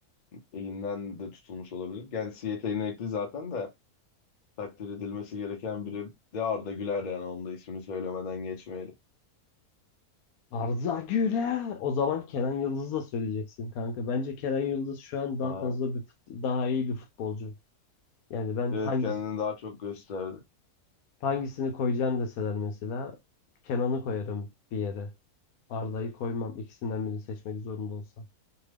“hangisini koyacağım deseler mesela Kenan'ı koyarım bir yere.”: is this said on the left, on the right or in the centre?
Left